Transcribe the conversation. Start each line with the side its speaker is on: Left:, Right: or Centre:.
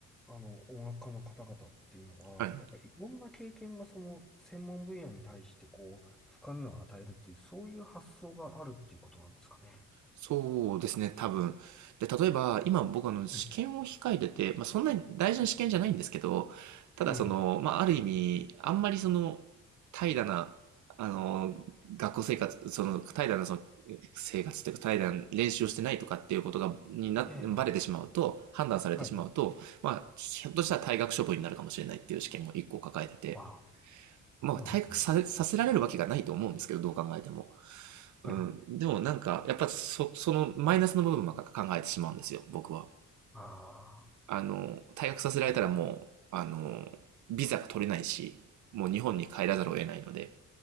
Centre: あの、音楽家の方々っていうのは、
Right: はい。
Centre: やっぱりいろんな経験がその専門分野に対してこう、深みを与えるっていう、そういう発想があるっていうことなんですかね。
Right: そうですね、多分。で、例えば、今僕あの試験を控えてて、
Centre: はい
Right: まあ、そんなに大事な試験じゃないんですけど、ただその、
Centre: ええ、
Right: まあ、ある意味、あんまりその、怠惰な、あの、学校生活、その、怠惰なその、生活というか、怠惰な練習をしてないとかっていうことが、にな、
Centre: ええ、
Right: バレてしまうと、判断されてしまうと、
Centre: はい。
Right: まあ、ひょっとしたら退学処分になるかもしれないっていう試験も一個抱えてて、
Centre: わあ、
Right: まあ、
Centre: そうなんですね。
Right: 退学さ、させられるわけがないと思うんですけど、どう考えても。
Centre: はい。
Right: うん。でもなんか、やっぱそ、そのマイナスの部分ばっか考えてしまうんですよ、僕は。
Centre: ああ、
Right: あの、退学させられたらもう、あの、ビザが取れないし、もう日本に帰らざるを得ないので。